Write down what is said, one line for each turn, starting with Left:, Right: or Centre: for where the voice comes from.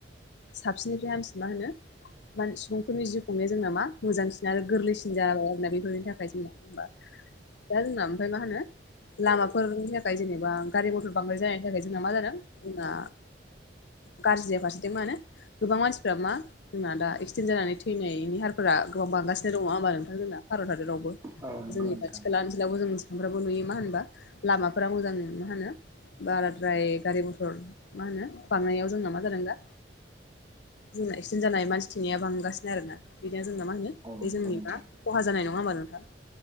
Left: साबसिननिफ्राय हामसिन मा होनो मान सुबुंफोरनि जिउ खुंनाया जोंना मा मोजांसिन आरो गोरलैसिन जाबाय आरोना बेफोरनि थाखाय जोंना। होनबा दा जोंना ओमफ्राय मा होनो लामाफोरनि जेनेबा गारि मथर बांद्राय जानायनि थाखाय जोंना मा जादों जोंना गाज्रिया फारसेथिं मा होनो गोबां मानसिफ्रा मा जोंना दा एक्सिडेन्ट जानानै थैनाय हारफोरा गोबां बांगासिनो दङ'। नङा होमबा नोंथां जोंना भारत हादरावबो।
Right: औ नंगौ
Left: जोंनि
Right: नोंथां
Left: खाथि खाला ओनसोलावबो जों सांफ्राबो नुयो मा होनबा लामाफोरा मोजां नो मा होनो बाराद्राय गारि मथर मा होनो बांनायाव जोंना मा जादों दा बुनाय एक्सिडेन्ट जानाय मानसि थैनाया बांगासिनो आरोना। बिदिया जोंना मा होनो
Right: औ
Left: बे
Right: नंगौ नोंथां
Left: मा खहा जानाय नङा होमबा नोंथाङ?